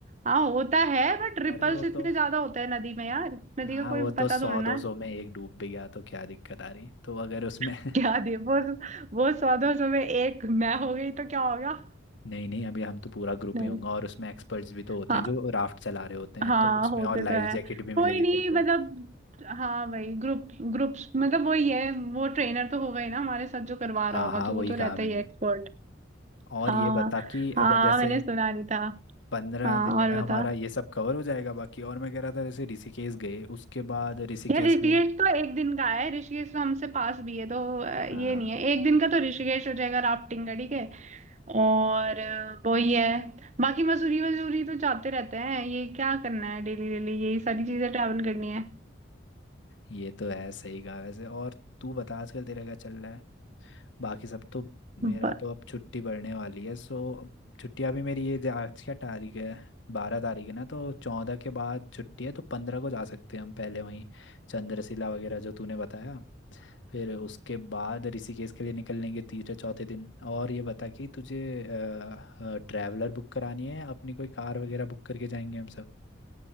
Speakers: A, on the right; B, on the left.
A: हाँ होता है बट रिपल्स
B: अरे वो
A: इतने
B: तो
A: ज्यादा होते हैं नदी में यार नदी
B: हाँ
A: का
B: वो
A: कोई
B: तो
A: पता
B: सौ
A: थोड़ना
B: दो
A: है
B: सौ में एक डूब भी गया तो क्या दिक्कत आ रही तो अगर उसमें
A: <laughs>
B: <laughs>
A: क्या दे वो वो सौ दो सौ में एक मैं हो गई तो क्या होगा
B: नहीं नहीं अभी हम तो पूरा ग्रुप
A: नहीं
B: ही होंगे और उसमें एक्सपर्ट्स भी तो होते
A: हाँ
B: हैं जो राफ्ट चला रहे होते हैं
A: हाँ
B: तो उसमें
A: होते
B: और लाइफ
A: तो है
B: जैकेट भी मिलेगी
A: कोई नहीं
B: तेरे को
A: मतलब हाँ भाई ग्रुप ग्रुप्स मतलब वही है वो ट्रेनर तो हो गई ना हमारे साथ जो करवा
B: हाँ
A: रहा होगा
B: हाँ
A: तो
B: वही
A: वो तो रहता
B: कहा मैंने
A: ही है एक्सपर्ट
B: और
A: हाँ
B: ये बता कि
A: हाँ
B: अगर जैसे
A: मैंने सुना नहीं था
B: पंद्रह
A: हाँ
B: दिन
A: और
B: में हमारा
A: बता
B: ये सब कवर हो जाएगा बाकी और मैं कह रहा था जैसे ऋषिकेश गए उसके बाद ऋषिकेश
A: यार ऋषिकेश
B: में
A: तो एक दिन का है ऋषिकेश तो हमसे पास भी है तो अ, ये
B: हाँ
A: नहीं है एक दिन का तो ऋषिकेश हो जाएगा राफ्टिंग का ठीक है और अ, वो ही है बाकी मसूरी वसूरी तो जाते रहते हैं ये क्या करना है डेली डेली यही सारी चीजें ट्रैवल करनी है
B: ये तो है सही कहा वैसे और तू बता आजकल तेरा क्या चल रहा है बाकी सब तो मेरा
A: ब-
B: तो अब छुट्टी पड़ने वाली है सो अब छुट्टियाँ भी मेरी ये जो आज क्या तारीख है बारह तारीख है ना तो चौदह के बाद छुट्टी है तो पंद्रह को जा सकते हैं हम पहले वहीं चंद्रशिला वगैरह जो तूने बताया फिर उसके बाद ऋषिकेश के लिए निकलेंगे तीसरे चौथे दिन और ये बता कि तुझे ट्रैवलर बुक करानी है अपनी कोई कार वगैरह बुक करके जाएंगे हम सब